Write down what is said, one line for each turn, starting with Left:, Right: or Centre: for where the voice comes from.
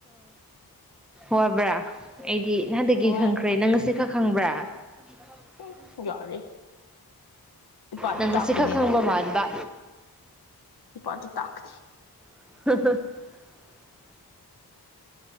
Centre: ꯋꯥꯕ꯭ꯔꯥ ꯑꯩꯗꯤ ꯅꯍꯥꯟꯗꯒꯤ
Left: ꯋꯥꯏ
Centre: ꯈꯪꯈ꯭ꯔꯦ ꯅꯪ ꯉꯁꯤ ꯁꯛ ꯈꯪꯕ꯭ꯔꯥ <unintelligible>
Left: ꯎꯝ ꯌꯥꯔꯦ ꯏꯄꯥꯗ
Centre: ꯅꯪ ꯉꯁꯤ
Left: ꯇꯥꯛꯀꯅꯤꯅ
Centre: ꯈꯛ ꯈꯪꯕ ꯃꯥꯟꯕ
Left: ꯏꯄꯥꯗ ꯇꯥꯛꯀꯅꯤ
Centre: <unintelligible>